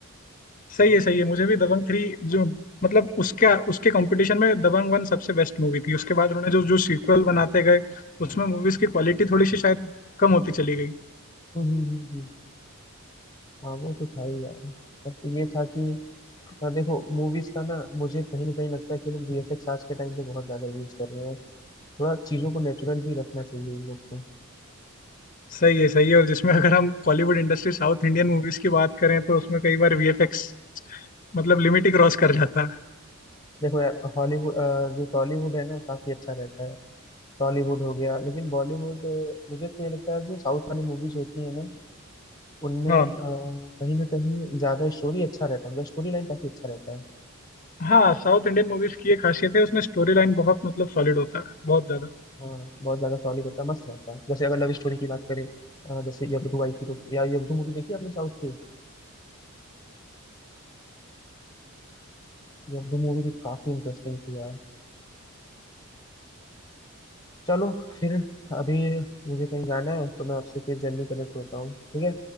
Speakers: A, on the left; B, on the left.
A: सही है सही है मुझे भी दबंग थ्री जो मतलब उसका उसके कंपटीशन में दबंग वन सबसे बेस्ट मूवी थी उसके बाद उन्होंने जो जो सीक्वल बनाते गए उसमें मूवीज की क्वालिटी थोड़ी सी शायद कम होती चली गई
B: हम्म हम्म हम्म, हम्म। हाँ वो तो था ही यार बट ये था कि अ, देखो मूवीज का ना मुझे कहीं ना कहीं लगता है कि ये लोग वीएफएक्स आज के टाइम पे बहुत ज्यादा यूज कर रहे हैं थोड़ा चीजों को नेचुरल भी रखना चाहिए इन लोग को
A: सही है सही है और जिसमें अगर हम Bollywood industry south Indian movies की बात करें तो उसमें कई बार वीएफएक्स मतलब लिमिट ही क्रॉस कर जाता है
B: देखो यार हॉलीवुड जो टॉलीवुड है ना वो काफी अच्छा रहता है टॉलीवुड हो गया लेकिन बॉलीवुड अ, मुझे तो ये लगता है जो साउथ वाली मूवीज होती है ना उनमें
A: हाँ
B: अ, कहीं ना कहीं ज्यादा स्टोरी अच्छा रहता है उनका स्टोरी लाइन काफी अच्छा रहता है
A: हाँ साउथ इंडियन मूवीज की एक खासियत है उसमें स्टोरी लाइन बहुत मतलब सॉलिड होता है बहुत ज्यादा
B: हाँ बहुत ज्यादा सॉलिड होता है मस्त रहता है जैसे अगर लव स्टोरी की बात करें अ, जैसे यब्दू आई थी तो यार यब्दू मूवी देखी आपने साउथ की यब्दू मूवी भी काफी इंटरेस्टिंग थी यार चलो फिर अभी मुझे कहीं जाना है तो मैं आपसे फिर जल्दी कनेक्ट होता हूँ ठीक है